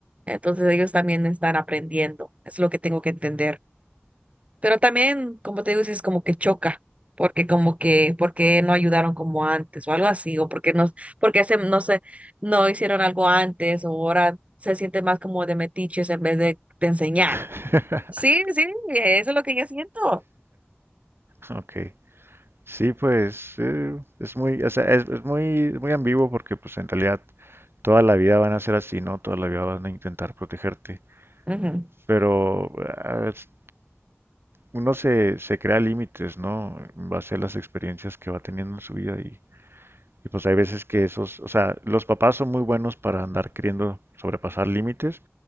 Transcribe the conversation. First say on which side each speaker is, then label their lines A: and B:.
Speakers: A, on the right; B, on the right.
A: Entonces ellos también están aprendiendo, es lo que tengo que entender. Pero también, como te digo, sí es como que choca, porque como que, porque no ayudaron como antes o algo así, o porque no, porque se, no sé, no hicieron algo antes o ahora se siente más como de metiches en vez de, de enseñar.
B: <laughs>
A: Sí, sí, eso es lo que yo siento.
B: Ok. Sí, pues eh, es muy, o sea, es, es muy, es muy ambiguo porque pues en realidad toda la vida van a ser así, ¿no? Toda la vida van a intentar protegerte.
A: Ujú.
B: Pero ah, es- uno se, se crea límites, ¿no? En base a las experiencias que va teniendo en su vida y, y pues hay veces que esos, o sea, los papás son muy buenos para andar queriendo sobrepasar límites,